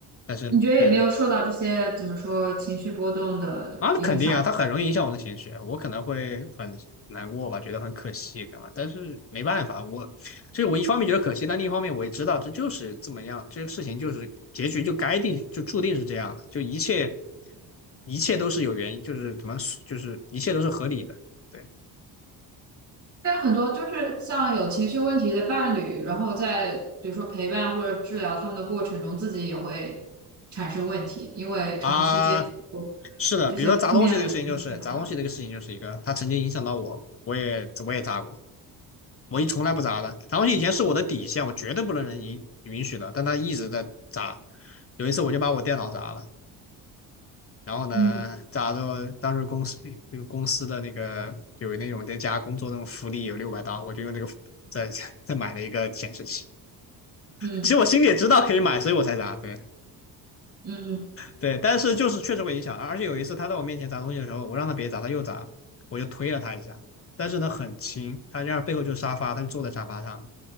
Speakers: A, on the left (about 35°); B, on the right (about 35°).
A: 但是但是
B: 你觉得有没有受到这些怎么说情绪波动的影响？
A: 啊，那肯定啊，它很容易影响我的情绪，我可能会很难过吧，觉得很可惜，干嘛？但是没办法，我就是我一方面觉得可惜，但另一方面我也知道这就是这么样，这个事情就是结局就该定，就注定是这样的，就一切一切都是有原因，就是怎么就是一切都是合理的，对
B: 但很多就是像有情绪问题的伴侣，然后在比如说陪伴或者治疗他们的过程中，自己也会产生问题，因为长期接触
A: 啊，是的，
B: 这些负面的情绪的话，
A: 比如说砸东西这个事情就是砸东西这个事情就是一个，它曾经影响到我，我也我也砸过，我一从来不砸的，砸东西以前是我的底线，我绝对不能允允许的，但他一直在砸。有一次我就把我电脑砸了，然后呢，
B: 嗯
A: 砸着当时公司那个公司的那个有那种在家工作那种福利有六百刀，我就用这个再 <laughs> 再买了一个显示器。
B: 嗯
A: 其实我心里也知道可以买，所以我才砸。对，
B: 嗯嗯，
A: 对，但是就是确实会影响，而且有一次他在我面前砸东西的时候，我让他别砸，他又砸，我就推了他一下，但是呢很轻，他这样背后就是沙发，他就坐在沙发上，